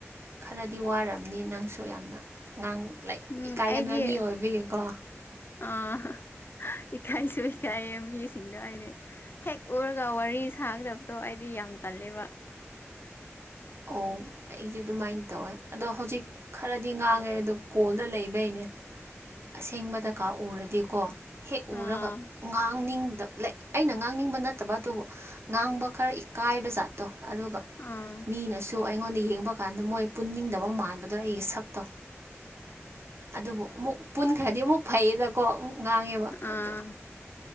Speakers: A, on the right (about 60°); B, on the left (about 50°).
A: ꯈꯔꯗꯤ ꯋꯥꯔꯝꯅꯤ ꯅꯪꯁꯨ ꯌꯥꯝꯅ ꯉꯥꯡ ꯂꯥꯏꯛ
B: ꯎꯝ
A: ꯏꯀꯥꯏꯒꯟꯕ
B: ꯑꯩꯗꯤ
A: ꯃꯤ ꯑꯣꯏꯕꯒꯤꯀꯣ
B: ꯑꯥ ꯏꯀꯥꯏꯁꯨ ꯏꯀꯥꯏꯌꯦ ꯃꯤꯁꯤꯡꯗꯣ ꯑꯩꯗꯤ ꯍꯦꯛ ꯎꯔꯒ ꯋꯥꯔꯤ ꯁꯥꯒꯗꯕꯗꯣ ꯑꯩꯗꯤ ꯌꯥꯝ ꯇꯜꯂꯦꯕ
A: ꯑꯣ ꯑꯩꯖꯨ ꯑꯗꯨꯃꯥꯏꯟ ꯇꯧꯋꯦ ꯑꯗꯣ ꯍꯧꯖꯤꯛ__ ꯈꯔꯗꯤ ꯉꯥꯡꯉꯦ ꯑꯗꯨ ꯀꯣꯜꯗ ꯂꯩꯕꯩꯅꯦ ꯑꯁꯦꯡꯕꯗ ꯀꯥꯛꯎꯔꯗꯤꯀꯣ ꯍꯦꯛ
B: ꯑꯥ
A: ꯎꯔꯒ ꯉꯥꯡꯅꯤꯡꯗꯞꯂꯦꯛ ꯑꯩꯅ ꯉꯥꯡꯅꯤꯡꯕ ꯅꯠꯇꯕ ꯑꯗꯨꯕꯨ ꯉꯥꯡꯕ ꯈꯔ ꯏꯀꯥꯏꯕ ꯖꯥꯠꯇꯣ ꯑꯗꯨꯒ
B: ꯎꯝ
A: ꯏꯅꯁꯨ ꯑꯩꯉꯣꯟꯗ ꯌꯦꯡꯕ ꯀꯥꯟꯗ ꯃꯣꯏ ꯄꯨꯟꯅꯤꯡꯗꯕ ꯃꯥꯟꯕꯗꯣ ꯑꯩꯒꯤ ꯁꯛꯇꯣ ꯑꯗꯨꯕꯨ ꯑꯃꯨꯛ ꯄꯨꯟꯈ꯭ꯔꯗꯤ ꯑꯃꯨꯛ ꯐꯩꯌꯦꯗꯀꯣ ꯑꯃꯨ ꯉꯥꯡꯉꯦꯕ ꯑꯗꯣ
B: ꯑꯥ